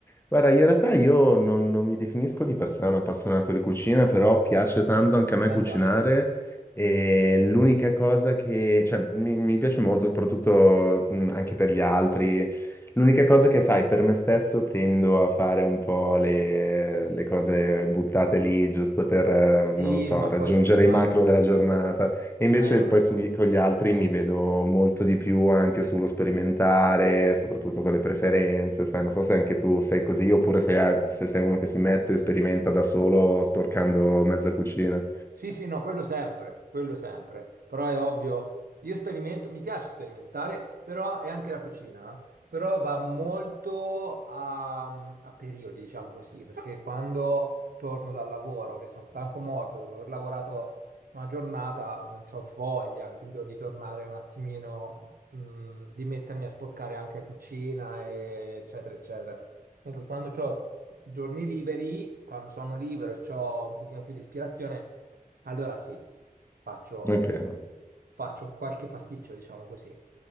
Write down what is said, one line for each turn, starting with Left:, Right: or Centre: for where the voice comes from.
Left: Guarda, in realtà io non, non mi definisco di per sé un appassionato di cucina, però piace tanto anche a me
Right: Mangiare.
Left: cucinare e l'unica cosa che, cioè, mi, mi piace molto, soprattutto mh, anche per gli altri. L'unica cosa che, sai, per me stesso tendo a fare un po' le, le cose buttate lì, giusto per, eh,
Right: Sì,
Left: non lo so,
Right: ma
Left: raggiungere
Right: poi, ma,
Left: i macro della giornata. E invece
Right: ma
Left: poi sugli- con gli altri mi vedo molto di più anche sullo sperimentare, soprattutto con le preferenze, sai, non so se anche tu sei così oppure se, hai- se sei uno che si mette e sperimenta da solo sporcando mezza cucina.
Right: Sì, sì, no, quello sempre, quello sempre, però è ovvio, io sperimento, mi piace sperimentare, però è anche la cucina, eh. però va molto a, a periodi, diciamo così, perché quando torno dal lavoro, che sono stanco morto, dopo aver lavorato una giornata, non ho voglia, capito, di tornare un attimino, mh, di mettermi a sporcare anche la cucina, e eccetera, eccetera. Comunque, quando ho giorni liberi, quando sono libero e ho un pochino più di ispirazione, allora sì, faccio,
Left: Ok.
Right: faccio qualche pasticcio, diciamo così.